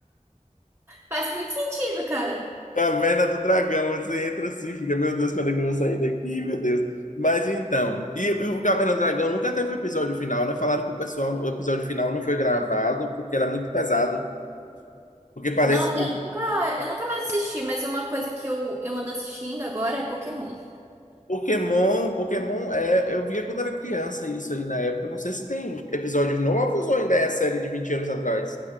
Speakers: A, on the right; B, on the left.
A: Faz muito sentido, cara.
B: Caverna do Dragão, você entra assim, fica, meu Deus, quando é que eu vou sair daqui, meu Deus. Mas então, e, e o Caverna do Dragão nunca teve o episódio final, né? Falaram que o pessoal, o episódio final não foi gravado porque era muito pesado, porque parece
A: Não,
B: que
A: eu nunca, eu nunca mais assisti, mas uma coisa que eu, eu ando assistindo agora é Pokémon.
B: Pokémon, Pokémon, é, eu via quando era criança isso aí na época. Não sei se tem episódios novos ou ainda é a série de 20 anos atrás.